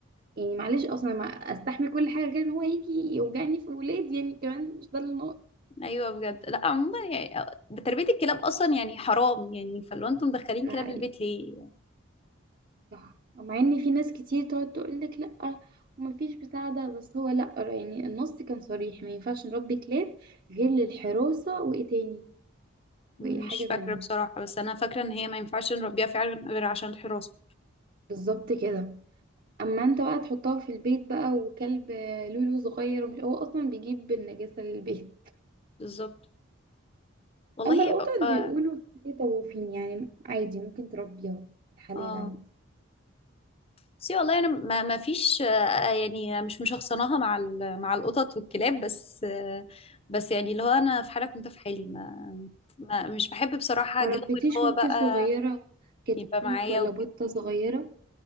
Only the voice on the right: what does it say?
يعني معلش اصلا ما استحمل كل حاجه غير ان هو يجي يوجعني في ولادي يعني كمان مش ده اللي
ناقص
صح مع ان في ناس كتير تقعد تقولك لا ومفيش مساعدة بس هو لا يعني النص كان صريح ما ينفعش نربي كلاب غير للحراسة وايه تاني
وايه حاجة تانية
بالظبط كده اما انت بقى تحطها في البيت بقى وكلب لولو صغير ومش هو اصلا بيجيب النجاسة للبيت
اما القطط
بيقولوا ليه طوافين يعني عادي ممكن تربيها الحلال
عادي
ما
ربيتيش
وانتي
صغيرة كتكوت
ولا
بطة صغيرة